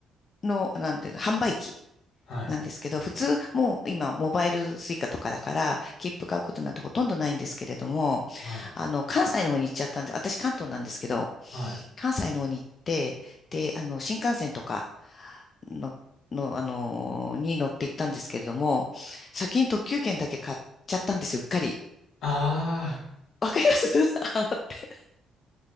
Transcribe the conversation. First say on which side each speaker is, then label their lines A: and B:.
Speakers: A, on the left; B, on the left.
A: の、なんていうの、販売機。
B: はい。
A: なんですけど、普通、もう今、モバイルスイカとかだから、切符買うことなんてほとんどないんですけれども、
B: はい。
A: あの、関西の方に行っちゃったんで、私関東なんですけど、
B: はい。
A: 関西の方に行って、で、あの、新幹線とかの、の、あの、に乗って行ったんですけれども、先に特急券だけ買っちゃったんですよ、うっかり。
B: あ
A: わかります <laughs> あーって。